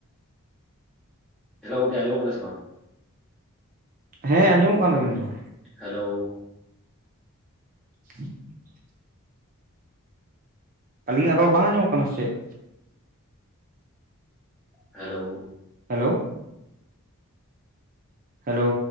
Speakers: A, in the centre; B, on the right.
A: ᱦᱮᱞᱳ ᱜᱚᱝᱠᱮ ᱟᱡᱚᱢᱚᱜ ᱠᱟᱱᱟ ᱥᱮ ᱵᱟᱝ?
B: ᱦᱮᱸ ᱟᱸᱡᱚᱢᱚᱜ ᱠᱟᱱ ᱛᱟᱹᱵᱤᱱᱟ ᱨᱚᱲ᱾
A: ᱦᱮᱞᱳ᱾
B: <inaudible> ᱟᱹᱞᱤᱧᱟᱜ ᱨᱚᱲ ᱵᱟᱝ ᱟᱸᱡᱚᱢᱚᱜ ᱠᱟᱱᱟ ᱥᱮᱪᱮᱫ?
A: ᱦᱮᱞᱳ᱾
B: ᱦᱮᱞᱳ᱾ ᱦᱮᱞᱳ᱾